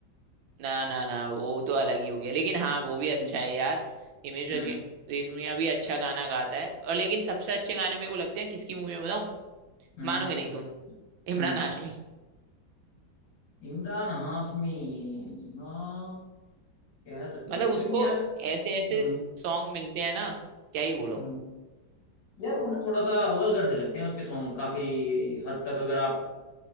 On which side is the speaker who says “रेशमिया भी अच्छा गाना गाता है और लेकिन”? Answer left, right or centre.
Right